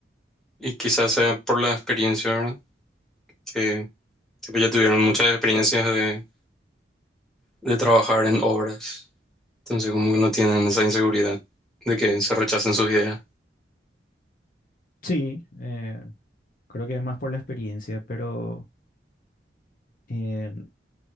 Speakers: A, in the centre; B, on the left.
A: Y quizás sea por la experiencia, ¿verdad? Que tipo, ya tuvieron muchas experiencias de, de trabajar en obras. Entonces como que no tienen esa inseguridad de que se rechacen sus ideas.
B: Sí, eh, creo que es más por la experiencia, pero eh,